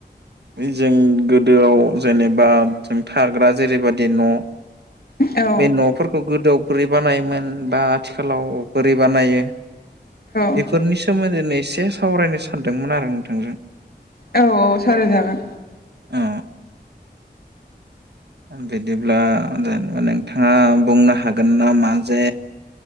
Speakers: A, on the right (about 75°); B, on the left (about 60°).
A: जों गोदोआव जेनेबा जों थाग्रा जेरैबादि न'
B: औ
A: बे न'फोरखौ गोदोआव बोरै बानायोमोन बा आथिखालाव बोरै बानायो बेफोरनि
B: औ
A: सोमोन्दैैनो एसे सावरायनो सानदोंमोन आरो नोंथांजों।
B: औ सावराय जागोन।
A: अ बिदिब्ला जेनेबा नोंथाङा बुंनो हागोन नामा जे